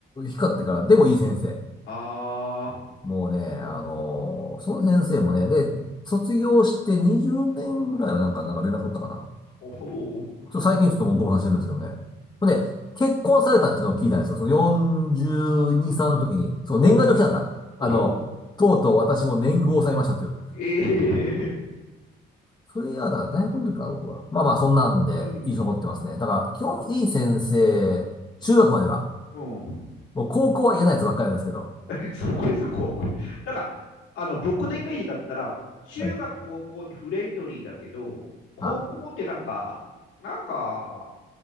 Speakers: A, on the left; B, on the left.
A: 低かってから、でもいい先生。
B: あ
A: もうね、あのーその先生もね、で、卒業して20年ぐらいはなんか、なんか連絡取ったかな。
B: あ、ほほほうほう
A: ちょっと最近ちょっともうご無してるんですけどね。ほんで、結婚されたっていうのを聞いたんですよ。その42、歳の時に。そう、
B: ほうほ
A: 年賀状来たんだ。あの、
B: うほうほう
A: とうとう私も年貢を抑えましたという。
B: ええ
A: それが、だから大学の時かな、僕は。まあまあ、そんなんで、
B: うん、
A: 印象残ってますね。だから、基本いい先生、中学までは。
B: うん、うん。うん
A: もう高校は嫌なやつばっかりなんですけど。
B: <laughs> そうです、高校。なんか、あの、僕のイメージだったら、中学、
A: はい。
B: 高校ってフレンドリーだけど、高校ってなんか、
A: は
B: なんか、